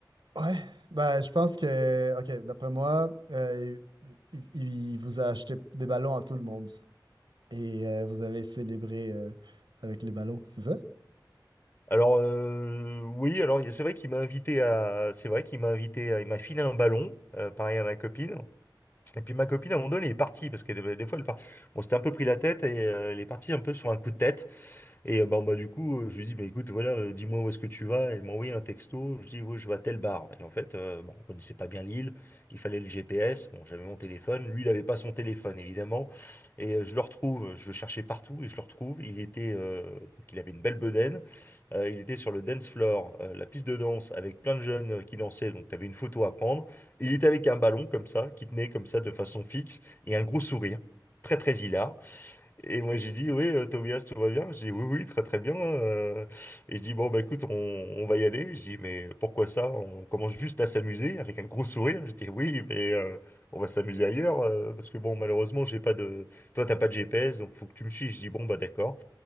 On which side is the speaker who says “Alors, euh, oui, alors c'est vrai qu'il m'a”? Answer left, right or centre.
Left